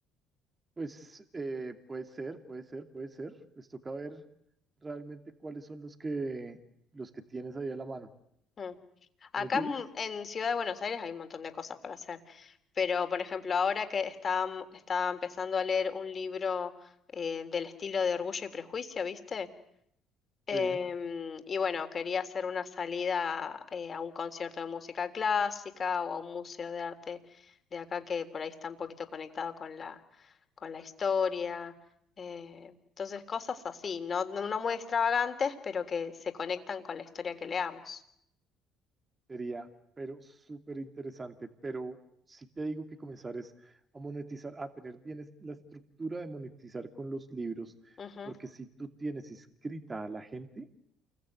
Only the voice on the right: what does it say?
Pues eh, puede ser, puede ser, puede ser. Pues toca ver realmente cuáles son los que los que tienes ahí a la mano.
¿Sí ¿Me entiendes?
Sí.
Sería, pero súper interesante. Pero si te digo que comenzar es a monetizar, a tener bien es- la estructura de monetizar con los libros,
porque si tú tienes inscrita a la gente